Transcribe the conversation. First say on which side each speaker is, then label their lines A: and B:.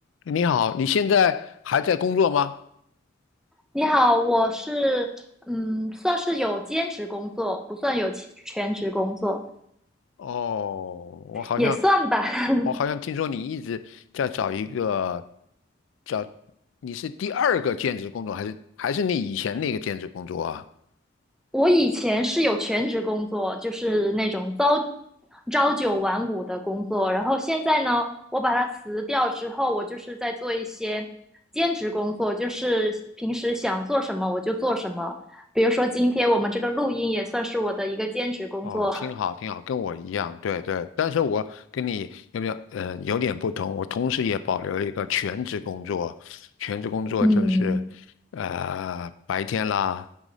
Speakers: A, on the left; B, in the centre.
A: 你好，你现在还在工作吗？
B: 你好，我是嗯，算是有兼职工作，不算有其全职工作，
A: 哦，我好像，
B: 也算吧。<laughs>
A: 我好像听说你一直在找一个，找，你是第二个兼职工作，还是还是你以前那个兼职工作啊？
B: 我以前是有全职工作，就是那种朝朝九晚五的工作，然后现在呢，我把它辞掉之后，我就是在做一些兼职工作，就是平时想做什么我就做什么。比如说今天我们这个录音也算是我的一个兼职工作，
A: 哦，挺好，挺好，跟我一样，对对。但是我跟你有没有，嗯、有点不同。我同时也保留了一个全职工作，全职工作就是，
B: <laughs> 嗯
A: 呃，白天啦，